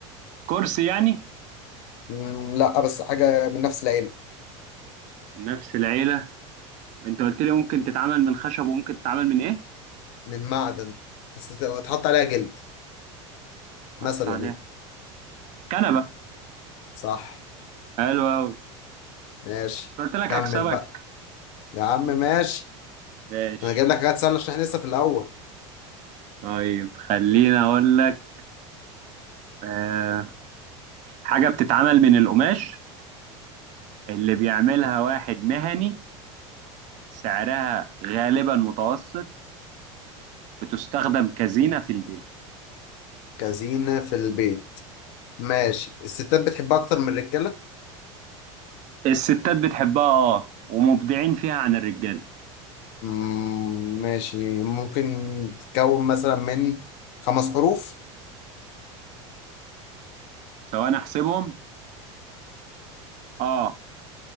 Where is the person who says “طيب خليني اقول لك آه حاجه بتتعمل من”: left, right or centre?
Right